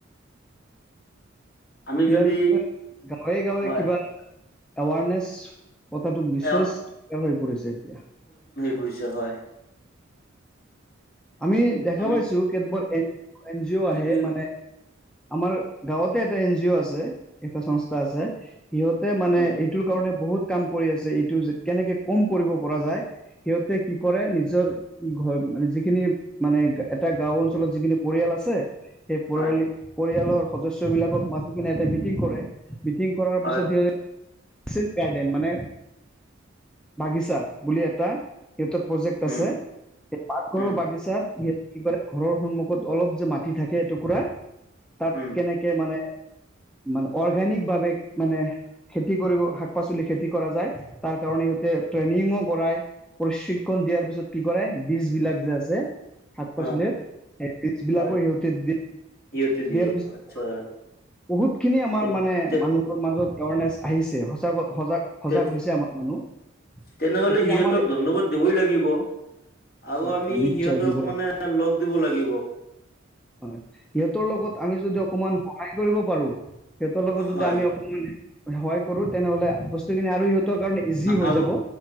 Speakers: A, on the left; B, in the centre.
A: আমি
B: ইয়াৰ
A: যদি
B: পছয় গাঁৱে গাঁৱে
A: হয়
B: কিবা <inaudible> এৱাৰনেছ কথাটো বিশেষ
A: এ
B: দৰকাৰ হৈ পৰিছে এতিয়া।
A: বুইছ হয়।
B: আমি দেখা
A: আমি
B: পাইছোঁ, কেতবোৰ এ-এন জিঅ' আহে
A: যদি
B: মানে আমাৰ গাঁৱতে এটা এন জিঅ' আছে, এটা সংস্থা আছে সিহঁতে মানে
A: উম,
B: এইটো কাৰণে বহুত কাম কৰি আছে এইটো যে কেনেকে কম কৰিব পৰা যায়। সিহঁতে কি কৰে নিজৰ ঘৰ মানে যি সিখিনি মানে এটা গাওঁ অঞ্চলত যিখিনি পৰিয়াল আছে সেই পৰিয়ালিক-পৰিয়ালৰ
A: হয়
B: সদস্যবিলাকক মাতি কিনে এটা মিটিং কৰে, মিটিং কৰাৰ
A: হয়
B: পিছত সিহঁ গাৰ্ডেন মানে। বাগিচা বুলি এটা সিহঁতৰ প্ৰজেক্ট আছে,
A: উম,
B: সেই পাকঘৰৰ
A: উম,
B: বাগিচাত কি কৰে, ঘৰৰ সন্মুখত অলপ যে, মাটি থাকে এটুকুৰা তাত
A: উম,
B: কেনেকে মানে মানে অৰ্গেনিকভাৱে মানে খেতি কৰিব শাক পাচলি খেতি কৰা যায়, তাৰ কাৰণে সিহঁতে ট্ৰেইনিংয়ো‌ কৰাই। প্ৰশিক্ষণ দিয়াৰ পিছত কি কৰে, বীজ বিলাক যে, আছে শাক
A: হা,
B: পাচলিৰ, সেই বীজবিলাকো
A: হয়
B: সিহঁতে দি
A: সিহঁতে দিয়ে
B: দিয়াৰ পিছত
A: আচ্ছা
B: বহুতখিনি আমাৰ
A: তে
B: মানে
A: তে
B: মানুহৰ মা ত' এৱাৰনেছ আহিছে, সঁচাকৈ-সজাগ-সজাগ
A: তে
B: হৈছে আমাৰ মানুহ।
A: তেনেহ'লে
B: এতিয়া
A: সিহঁতক
B: আমাৰ
A: ধন্যবাদ দিবই লাগিব। আৰু
B: হয়
A: আমি
B: হয় নিশ্চয়
A: সিহঁতক
B: দিব লাগে
A: মানে লগ দিব লাগিব।
B: হয় ইহত তৰ লগত আমি যদি অকমান সহায় কৰিব পাৰোঁ, সিহঁতৰ লগত
A: হয়
B: যদি আমি অকমান সহায় কৰোঁ, তেনেহলে বস্তু খিনি আৰু সিহঁত তৰ কাৰণে ইজি হৈ
A: আৰু
B: যাব,